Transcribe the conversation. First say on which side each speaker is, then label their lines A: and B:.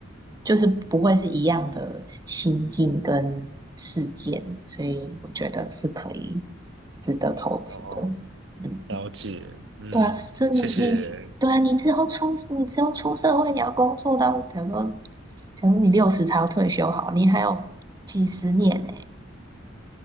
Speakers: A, on the right (about 20°); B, on the right (about 65°).
A: 就是不会是一样的心境跟事件，所以我觉得是可以值得投资的。
B: 哦，
A: 嗯，
B: 了解，嗯，
A: 对啊，就你你对啊，
B: 谢谢，
A: 你之后出你之后出社会，你要工作到，假如说假如说你六十才要退休，好，你还有几十年呢、